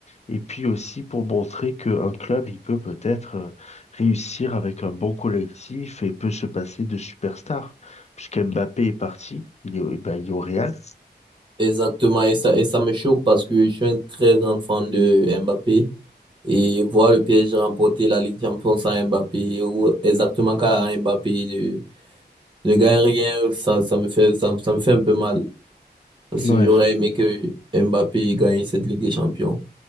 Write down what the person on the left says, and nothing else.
Et puis aussi pour montrer qu'un club, il peut peut-être euh, réussir avec un bon collectif et peut se passer de superstars. Puisque Mbappé est parti, il est, au- ben, il est au Real.
Ouais,
je,